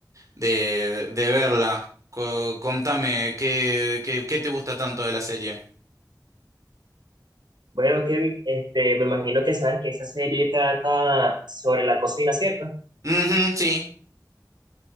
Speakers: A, on the right; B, on the right.
A: de, de verla. Co- contame, ¿qué, qué, qué te gusta tanto de la serie?
B: Bueno, Kevin, este, me imagino que sabes que esa serie trata sobre la cocina, ¿cierto?
A: Ujú, sí.